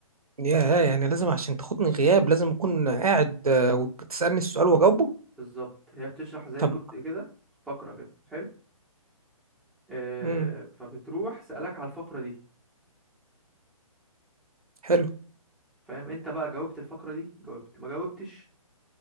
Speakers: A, on the right; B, in the centre.
A: يا يعني لازم عشان تاخدني غياب لازم أكون قاعد آه، وتسألني السؤال وأجاوبه
B: بالظبط هي بتشرح زي
A: طب
B: جزء كده فقرة كده حلو آه
A: امم
B: فبتروح سألك على الفقرة دي
A: حلو
B: فاهم انت بقى جاوبت الفقرة دي جاوبت ما جاوبتش